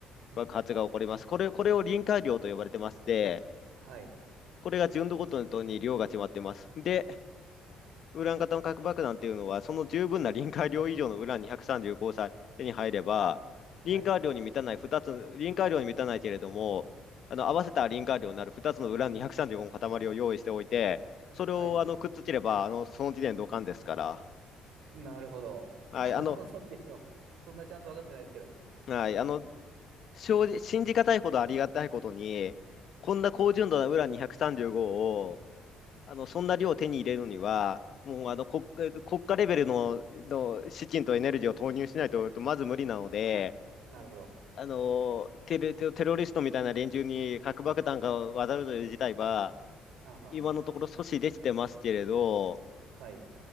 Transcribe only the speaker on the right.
はい、
はい、
はい、
はい、
なるほど。<laughs>
なるほどって言っても、
そんなちゃんと分かってないですけど。
はい。
はい。
なるほど。
はんはん。
はい。